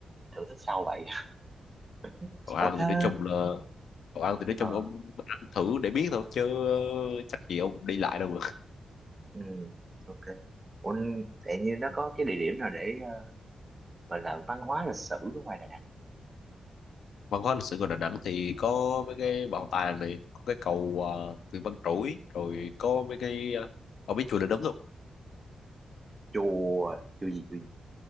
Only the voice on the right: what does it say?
thưởng thức sau vậy <laughs>
ủa đó
ờ
ừ ok ủa tự nhiên nó có cái địa điểm nào để ờ, gọi là văn hóa lịch sử ở ngoài Đà Nẵng
chùa chùa gì chùa gì